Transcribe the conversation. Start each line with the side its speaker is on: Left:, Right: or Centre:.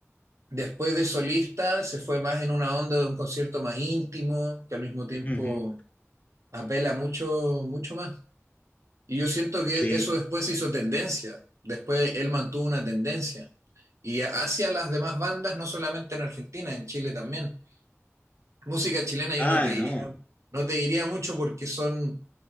Right: después de solista se fue más en una onda de un concierto más íntimo, que al mismo tiempo
Left: ujú,
Right: apela mucho, mucho más. Y yo siento que
Left: sí.
Right: eso después se hizo tendencia, después él mantuvo una tendencia. Y hacia las demás bandas, no solamente en Argentina, en Chile también. Música chilena yo
Left: Ah,
Right: no te diría,
Left: no,
Right: no te diría mucho porque son